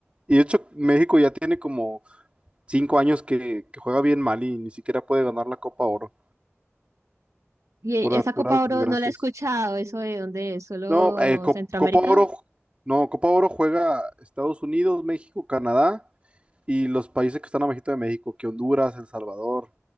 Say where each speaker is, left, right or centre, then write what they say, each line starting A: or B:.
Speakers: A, on the right; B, on the right.
A: y de hecho, México ya tiene como cinco años que, que juega bien mal y ni siquiera puede ganar la Copa Oro.
B: Y
A: Puras,
B: esa
A: puras
B: Copa Oro
A: desgracias.
B: no la he escuchado, eso de dónde es, solo
A: No, eh, Co-
B: Centroamérica.
A: Copa Oro, no, Copa Oro juega Estados Unidos, México, Canadá y los países que están abajito de México, que Honduras, El Salvador,